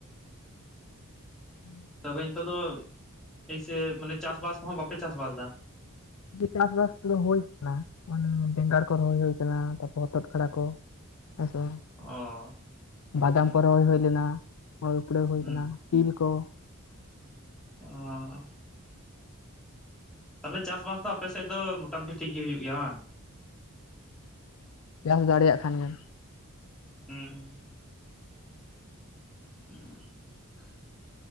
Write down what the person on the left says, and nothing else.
<inaudible>
ᱪᱟᱥᱵᱟᱥ ᱠᱚᱫᱚ ᱦᱩᱭ ᱠᱟᱱᱟ ᱢᱟᱱᱮ ᱵᱮᱸᱜᱟᱲ ᱠᱚ ᱨᱚᱦᱚᱭ ᱦᱩᱭ ᱠᱟᱱᱟ, ᱛᱟᱯᱚᱨ ᱦᱚᱛᱚᱛ ᱠᱷᱟᱲᱟ ᱠᱚ᱾ ᱦᱮᱸᱥᱮ ᱵᱟᱝ
ᱵᱟᱫᱟᱢ
ᱠᱚ ᱨᱚᱦᱚᱭ ᱦᱩᱭ ᱞᱮᱱᱟ᱾ ᱦᱚᱭ ᱩᱯᱲᱟᱹᱣ ᱦᱩᱭ
ᱠᱟᱱᱟ ᱛᱤᱞ ᱠᱚ᱾
ᱪᱟᱥ ᱫᱟᱲᱮᱭᱟᱜ ᱠᱷᱟᱱ ᱜᱮᱢ